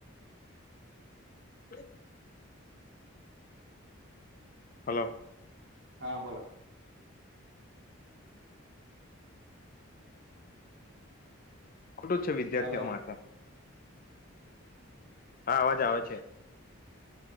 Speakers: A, on the left; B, on the right.
A: <inaudible> હલો
B: હા બોલો
A: ખુલુ જ છે વિદ્યાર્થીઓ
B: હલો
A: માં તો. હા અવાજ આવે છે.